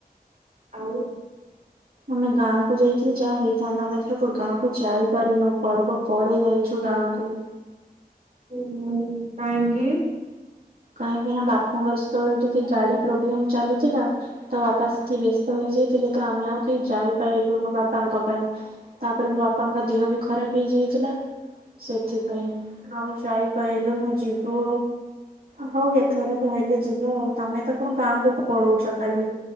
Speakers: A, on the right; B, on the right.
A: ଆଉ।
B: ଆମେ ଗାଁ କୁ ଯାଇଥିଲେ ଯାହା ହେଇଥାନ୍ତା। ଆମେ ଏଥରକ ଗାଁ କୁ ଯାଇପାରିନୁ ପର୍ବ ପରେ ଯାଇଛୁ ଗାଁ କୁ।
A: ଓହୋ। କାହିଁକି?
B: କାହିଁକିନା ବାପାଙ୍କର ସେତେବେଳେ ଟିକେ ଗାଡି ପ୍ରୋବ୍ଲେମ୍ ଚାଲୁଥିଲା। ତ ବାପା ସେଠି ବ୍ୟସ୍ତ ହେଇଯାଇଥିଲେ ତ ଆମେ ଆଉ କେହି ଯାଇପାରିଲୁନୁ ବାପାଙ୍କ ପାଇଁ। ତାପରେ ମୋ ବାପାଙ୍କ ଦେହ ବି ଖରାପ ହେଇଯାଇଥିଲା। ସେଥିପାଇଁ ଆଉ ଯାଇପାରିଲୁନୁ ଯିବୁ ହଉ ଏଥର କହିଲେ ଯିବା ଆଉ ତମେ ତ କଣ ଗାଁକୁ ପଳଉଛ ଖାଲି।